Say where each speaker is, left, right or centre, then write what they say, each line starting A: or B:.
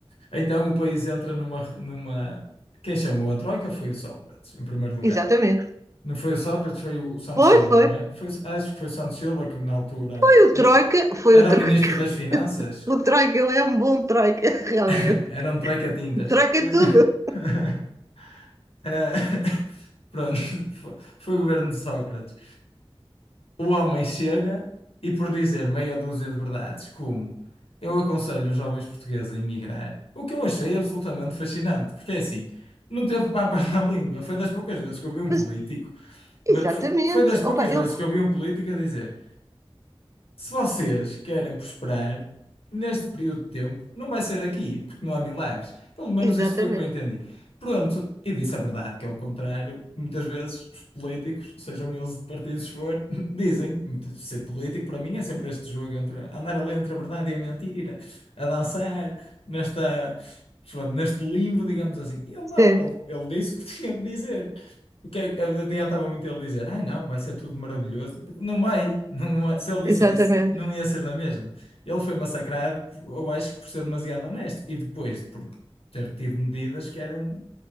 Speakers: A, on the left; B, on the right.
A: Então o país entra numa, numa... Quem chamou a troika foi o Sócrates, em primeiro lugar.
B: Exatamente.
A: Não foi o Sócrates, foi o Santos
B: Foi,
A: Silva,
B: foi.
A: não é? Foi- acho que foi o Santos Silva que na altura
B: Foi o
A: era
B: Troika, foi
A: era
B: o
A: o
B: Troika.
A: ministro das Finanças.
B: O Troika, ele é um bom Troika, <laughs> realmente.
A: <laughs> Era um troika-tintas.
B: O Troika
A: <laughs>
B: é tudo.
A: Eh, <laughs> Pronto, foi, foi o governo de Sócrates. O homem chega e por dizer meia dúzia de verdades, como eu aconselho os jovens portugueses a emigrar, o que eu achei absolutamente fascinante, porque é assim, não teve papas <laughs> na língua, foi das poucas vezes que eu vi um
B: Mas,
A: político,
B: exatamente.
A: mas foi, foi das poucas
B: Opa, ele.
A: vezes que eu vi um político a dizer. Se vocês querem prosperar neste período de tempo, não vai ser aqui, porque não há milagres. Pelo menos
B: Exatamente.
A: isto foi o que eu entendi. Pronto, e disse a verdade, que é o contrário. Muitas vezes os políticos, sejam eles de partidos for, <laughs> dizem, ser político para mim é sempre este jogo entre andar ali entre a verdade e a mentira, a dançar nesta, pronto, neste limbo, digamos assim. Ele não,
B: Certo,
A: ele, ele disse o que <laughs> tinha de dizer. O que é que- adiantava muito ele dizer, ah, não, vai ser tudo maravilhoso. Porque Não vai, não, é- se ele dissesse,
B: exatamente.
A: não ia ser na mesma. Ele foi massacrado, eu acho que por ser demasiado honesto. E depois, por ter tido medidas que eram,